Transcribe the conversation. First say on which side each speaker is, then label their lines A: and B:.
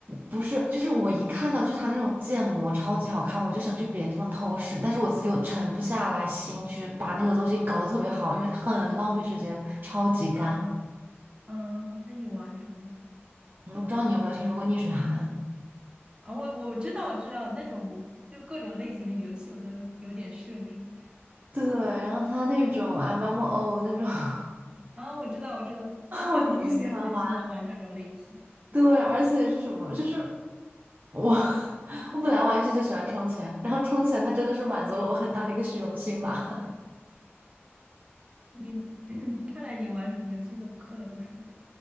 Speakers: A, on the right (about 45°); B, on the right (about 20°).
A: 不是就是我一看到就他那种建模超级好看，我就想去别的地方偷师，但是我自己又沉不下来心去把那个东西搞得特别好，因为它很浪费时间，超级干。
B: 嗯
A: 嗯
B: 嗯，那你玩什么
A: 我不知道你有没有听说过逆水寒？
B: 啊？我我知道我知道那种就各种类型的游戏我都有点涉猎
A: 对，然后它那种 MMO 那种。<laughs>
B: 啊。我知道我知道，之前我也很喜欢玩这种类型。
A: 我挺喜欢玩，对，而且是什么？就是我，<laughs> 我本来玩游戏就喜欢充钱，然后充钱它真的是满足了我很大的一个虚荣心吧。<laughs>
B: 你 <coughs> <clears throat> 看来你玩什么游戏都氪了不少，